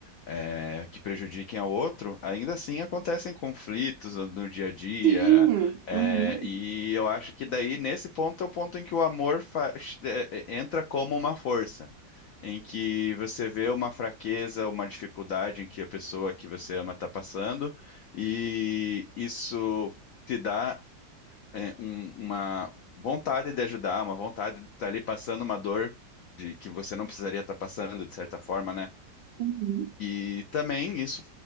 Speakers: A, on the left (about 80°); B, on the right (about 85°).
A: é, que prejudiquem ao outro, ainda assim acontecem conflitos no, no dia a dia.
B: Sim,
A: é,
B: Uhum.
A: e eu acho que daí, nesse ponto, é o ponto em que o amor fa- é, é, entra como uma força. Em que você vê uma fraqueza, uma dificuldade em que a pessoa que você ama está passando, e isso te dá é, um- uma vontade de ajudar, uma vontade de estar ali passando uma dor de que você não precisaria estar passando, de certa forma, né?
B: Uhum.
A: E também isso